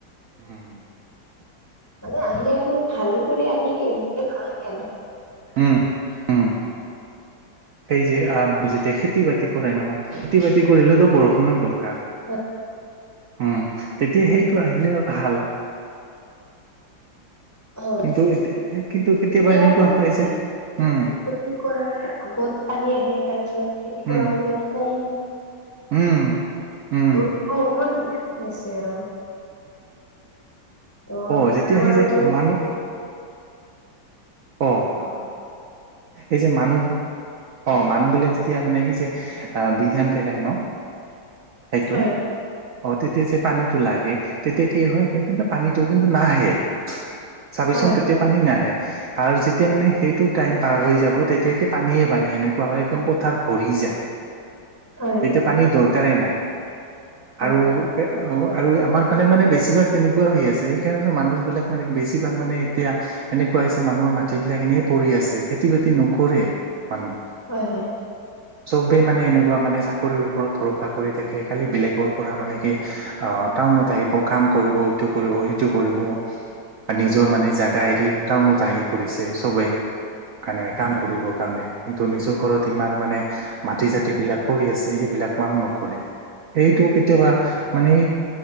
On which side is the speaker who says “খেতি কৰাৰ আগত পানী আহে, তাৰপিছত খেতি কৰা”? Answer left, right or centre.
Left